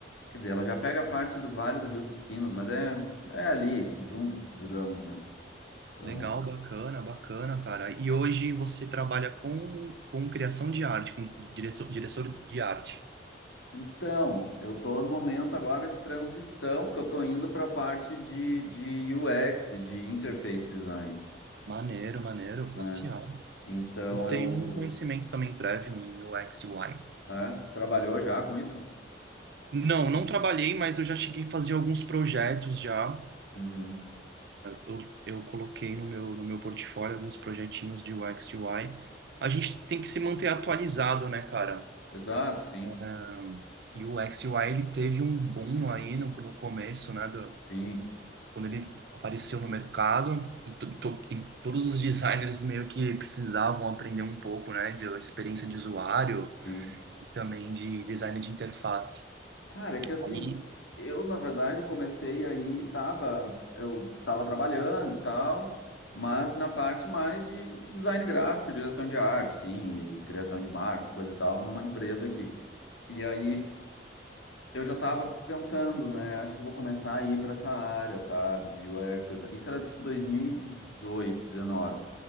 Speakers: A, on the left; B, on the right.
A: Quer dizer, ela já pega parte do Vale do Rio dos Sinos, mas é, é ali, junto, digamos, né? Então,
B: Legal, bacana, bacana, cara. E hoje você trabalha com, com criação de arte, com diretor, diretor de arte.
A: então, eu tô no momento agora de transição, porque eu tô indo para a parte de, de UX, e de interface design,
B: Maneiro, maneiro,
A: né?
B: classe A.
A: Então,
B: Eu
A: eu...
B: tenho um conhecimento também prévio em U x e UI.
A: É, trabalhou já com isso?
B: Não, não trabalhei, mas eu já cheguei a fazer alguns projetos já
A: Uhum.
B: eu, eu coloquei no meu, no meu portfólio alguns projetinhos de UX e UI. A gente tem que se manter atualizado, né, cara?
A: Exato, sim,
B: Ahn, E o UX e UI, ele teve um boom aí no, no começo, né, do,
A: sim,
B: quando ele apareceu no mercado e, to, to- e todos os designers meio que precisavam aprender um pouco, né, de experiência de usuário
A: sim.
B: e também de design de interface.
A: Cara, é que assim,
B: Aí,
A: eu na verdade comecei aí, tava, eu tava trabalhando e tal, mas na parte mais de design gráfico, direção de arte, sim, e criação de marcos, coisa e tal, numa empresa aqui. E aí eu já tava pensando, né, acho que eu vou começar a ir pra essa área, sabe, de UX, coisa e tal. Isso era tipo 2018, dezenove.